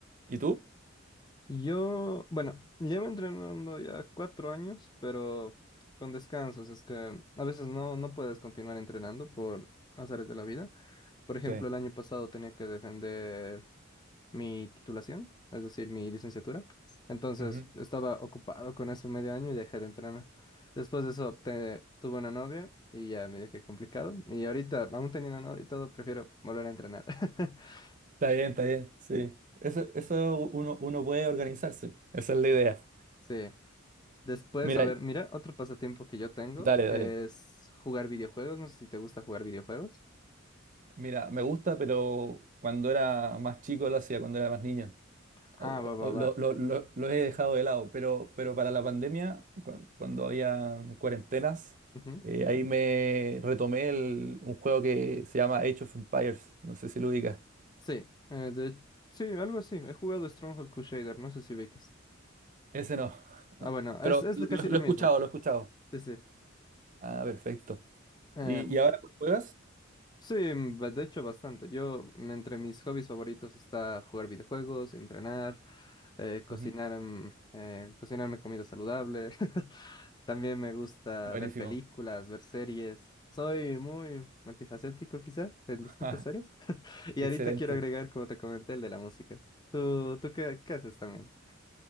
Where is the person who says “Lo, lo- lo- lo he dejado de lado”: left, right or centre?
Right